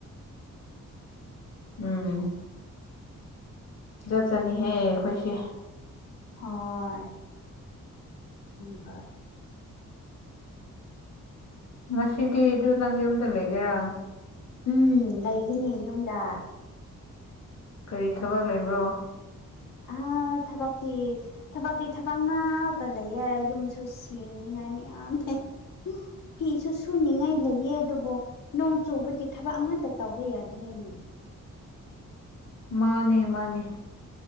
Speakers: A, on the left; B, on the left.
A: ꯎꯝ ꯆꯠꯆꯅꯤꯍꯦ ꯑꯩꯈꯣꯏꯁꯦ
B: <unintelligible>
A: ꯉꯁꯤꯗꯤ ꯑꯗꯨ ꯅꯪ ꯌꯨꯝꯗ ꯂꯩꯒꯦꯔꯥ
B: ꯎꯝ ꯂꯩꯒꯅꯤ ꯌꯨꯝꯗ
A: ꯀꯔꯤ ꯊꯕꯛ ꯂꯩꯕ꯭ꯔꯣ
B: ꯑ ꯊꯕꯛꯇꯤ ꯊꯕꯛꯇꯤ ꯊꯕꯛ ꯉꯥꯛꯇ ꯂꯩꯌꯦ ꯌꯨꯝꯁꯨ ꯁꯦꯡꯅꯤꯉꯥꯏ ꯃꯌꯥꯝ ꯂꯩ ꯐꯤꯁꯨ ꯁꯨꯅꯤꯡꯉꯥꯏ ꯂꯩꯌꯦ ꯑꯗꯨꯕꯨ ꯅꯣꯡ ꯆꯨꯕꯒꯤ ꯊꯕꯛ ꯑꯃꯇ ꯇꯧꯕ ꯌꯥꯗ꯭ꯔꯦꯅꯦ
A: ꯃꯥꯅꯦ ꯃꯥꯅꯦ